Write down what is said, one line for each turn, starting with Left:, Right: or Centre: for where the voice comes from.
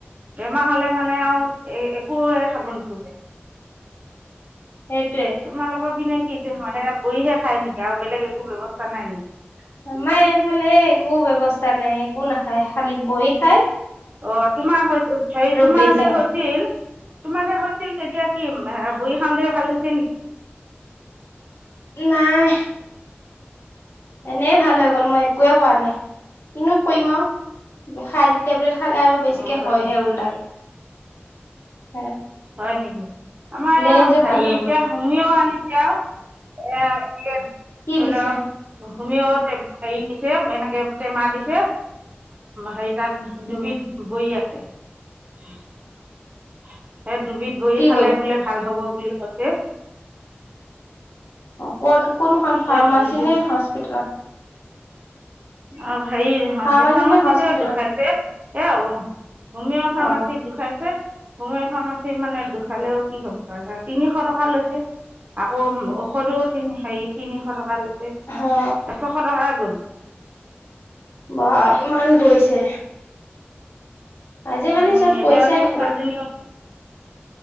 Right: বেমাৰ হলে মানে আৰু একোযে খাব নোখোজে
Left: সেইটোয়ে
Right: তোমালোকৰ পিনে সেটো কৰিহে খাই নেকি আৰু বেলেগ একো ব্যৱস্থা নাই নেকি
Left: আমাৰ এইফালে একো ব্যৱস্থা নাই একো নাখায় খালি বহি খায়
Right: অ তোমাৰ হৈছিল হেৰি তোমাৰ
Left: বেজি
Right: যে হৈছিল তোমাৰ হৈছিল তেতিয়া কি বহী খানদ ভাল হৈছে নেকি
Left: নাই এনেই ভাল হৈ গ'ল মই একোৱে কোৱা নাই কিনো কৰিম আৰু খাই টেবলেট খালে আৰু বেছিকে
Right: অঁ হয়
Left: হয়হে
Right: নেকি
Left: উল্টা কে <unintelligible>
Right: হয় নেকি আমাৰ
Left: নিজে
Right: হেৰি
Left: ভাল হৈ
Right: এতিয়া
Left: গ'ল
Right: শুমিও আনিছে আৰু এ <unintelligible>
Left: কি দিছে
Right: হল হোমিওটে হেৰি দিছে এনেকে টেমা দিছে হে তাত দুবিধ
Left: উম
Right: বই আছে <unintelligible> <unintelligible> এ দুবিধ বহি
Left: কি
Right: খালে
Left: বৈ
Right: বোলে ভাল হ'ব বুলি ক হ
Left: ক'ত কোনখন
Right: সেই
Left: ফাৰ্মাচী নে হস্পিতেলত
Right: অ হেৰি নহয়
Left: ফাৰ্মাচী
Right: ফাৰ্মাচীতে
Left: নে হস্পিতেলত
Right: দুখাইছে এয়া হমিঅ' ফাৰ্মাচিত
Left: অ
Right: দুখাইছে সমেও ফাম আছে মানে দুখালেও কি হ'ব তিনিশ টকা লৈছে আকৌ ওষধো তিনি হেৰি তিনিশ টকা লৈছে
Left: অ
Right: এশশ টকা গ'ল
Left: বা ইমান গৈছে যে আজিকালি
Right: উম
Left: চব
Right: এতিয়া
Left: পইচাই খেলা
Right: ছোৱালীজনীও